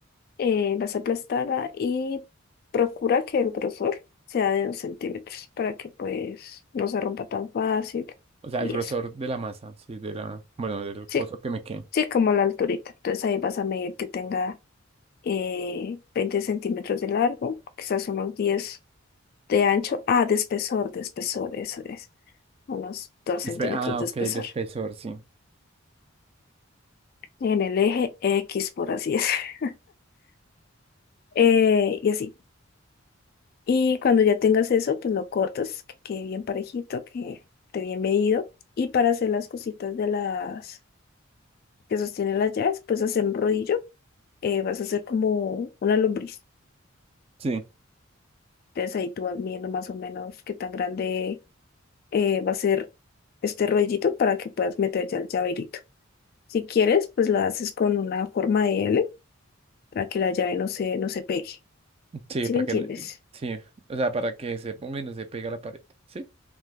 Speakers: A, on the left; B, on the right.
A: eh, vas a aplastarla y procura que el grosor sea de dos centímetros para que pues no se rompa tan fácil
B: O sea,
A: y
B: el grosor
A: eso.
B: de la masa, sí, de la, bueno, del
A: Sí,
B: coso que me quede.
A: sí, como la alturita. Entonces ahí vas a medir que tenga eh, 20 centímetros de largo, quizás unos 10 de ancho. Ah, de espesor, de espesor, eso es. unos 2
B: Espe-
A: centímetros
B: ah,
A: de
B: ok,
A: espesor,
B: de espesor, sí.
A: en el eje X, por así es. <laughs> Eh, y así. Y cuando ya tengas eso, pues lo cortas, que quede bien parejito, que esté bien medido. Y para hacer las cositas de las que sostienen las llaves, pues hacer un rodillo. eh, vas a hacer como una lombriz.
B: Sí,
A: Entonces ahí tú vas midiendo más o menos qué tan grande eh, va a ser este rodillito para que puedas meter ya el llaverito. Si quieres, pues la haces con una forma de L para que la llave no se, no se pegue.
B: sí,
A: ¿Sí
B: para
A: me entiendes?
B: que, no- sí, o sea, para que se ponga y no se pega a la pared, ¿sí?